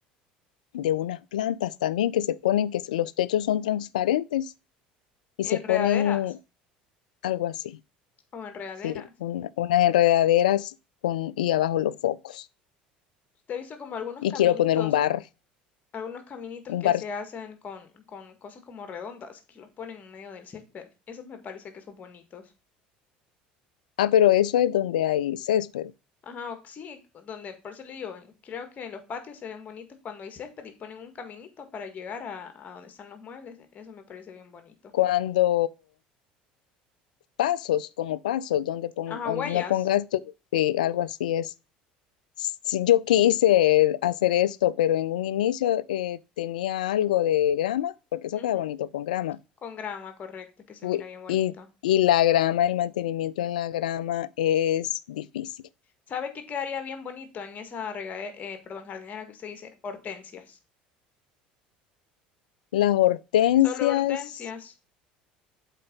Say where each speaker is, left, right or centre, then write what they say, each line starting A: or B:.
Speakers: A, on the left; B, on the left.
A: de unas plantas también que se ponen, que los techos son transparentes y se
B: Enredaderas
A: ponen algo así,
B: o enredaderas.
A: sí, un- unas enredaderas con, y abajo los focos.
B: Usted ha visto como algunos
A: Y
B: caminitos
A: quiero poner un bar,
B: algunos caminitos
A: un
B: que
A: bar,
B: se hacen con, con cosas como redondas, que los ponen en medio del césped. Esos me parece que son bonitos.
A: ah, pero eso es donde hay césped.
B: Ajá, o sí, donde, por eso le digo, eh, creo que los patios se ven bonitos cuando hay césped y ponen un caminito para llegar a, a donde están los muebles. e- Eso me parece bien bonito.
A: Cuando pasos, como pasos, donde pon-
B: Ajá,
A: on-
B: huellas.
A: no pongas tu, sí, algo así es. Sí, yo quise hacer esto, pero en un inicio eh, tenía algo de grama, porque eso
B: ujú,
A: queda bonito con grama
B: Con grama, correcto, que se
A: Uy,
B: mira bien bonito.
A: Y, y la grama, el mantenimiento en la grama es difícil.
B: ¿Sabe qué quedaría bien bonito en esa regadera, perdón, jardinera que usted dice? Hortensias.
A: Las hortensias,
B: Solo hortensias.